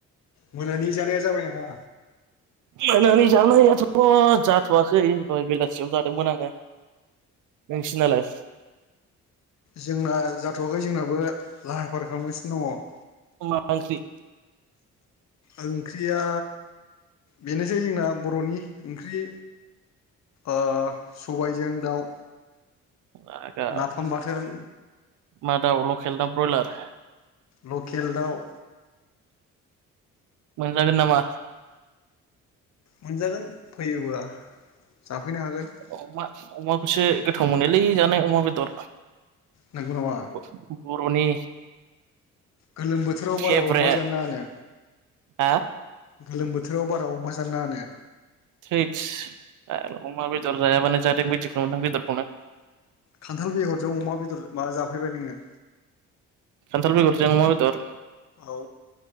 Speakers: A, on the left; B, on the right.
A: मोनानि जानाया जाबाय नामा?
B: मोनानि जानायाथ' जाथ'वाखै दहाय बेलासियाव जादोंमोन आङो नोंसिनालाय
A: जोंना जाथ'वाखै जोंनाबो लाहार फाहार खालामगासिनो दङ
B: मा ओंख्रि
A: ओंख्रिया बेनोसै जोंना बर'नि ओंख्रि ओ सबायजों दाउ
B: मा दाउ
A: नाफाम बाथोन
B: मा दाउ लकेल ना ब्रयलार?
A: लकेल दाउ
B: मोनजागोन नामा
A: मोनजागोन फैयोबा जाफैनो हागोन
B: अमा अमाखौसो गोथाव मोनोलै जानो अमा बेदर
A: नंगौ नामा
B: बर'नि
A: गोलोम बोथोराव
B: फेभरेट
A: बारा अमा जानाङानो
B: हा
A: गोलोम बोथोराव बारा अमा जानो नांङानो
B: थैथस फाग्ला अमा बेदर जायाबानो जादों बादिखौनो मोना बेदरखौनो
A: खान्थाल बेगरजों अमा बेदर माबा जाफैबाय नोङो
B: खानथाल बेगरजों अमा बेदर
A: औ